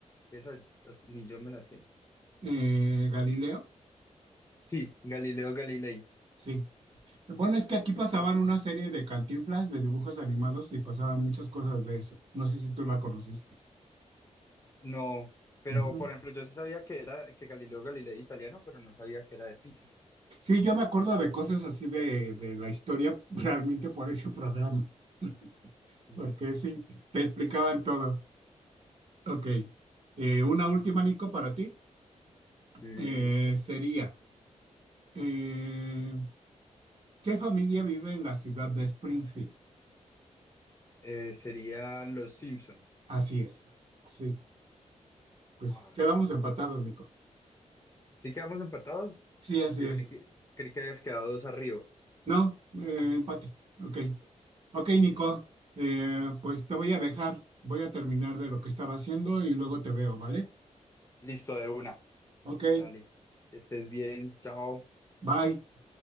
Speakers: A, on the left (about 25°); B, on the right (about 45°).
A: Esa as- ni yo me la sé.
B: Eh, Galileo.
A: Sí, Galileo Galilei.
B: Sí. Bueno, es que aquí pasaban
A: Mm,
B: una serie de Cantinflas de dibujos animados y pasaban muchas cosas de eso. No sé si tú la conociste.
A: No, pero
B: Ujú.
A: por ejemplo, yo sí sabía que era que Galileo Galilei era italiano, pero no sabía que era de Pisa.
B: Sí, yo me acuerdo de cosas así de, de la historia <laughs> realmente por ese programa, <laughs>
A: Mm,
B: porque sí, te explicaban todo. Ok, eh, una última, Nico, para ti
A: Listo.
B: eh, sería, eh, ¿qué familia vive en la ciudad de Springfield?
A: Eh, serían los Simpson.
B: Así es. Sí, pues
A: Ah,
B: quedamos empatados, Nico.
A: ¿sí quedamos empatados?
B: Sí, así
A: Yo
B: es.
A: creí que, creí que habías quedado dos arriba.
B: No, eh, empate. Ok. Ok,
A: Listo.
B: Nico, eh, pues te voy a dejar, voy a terminar de lo que estaba haciendo y luego te veo, ¿vale?
A: Listo, de una.
B: Ok,
A: Dale. Que Estés bien. Chao.
B: bye.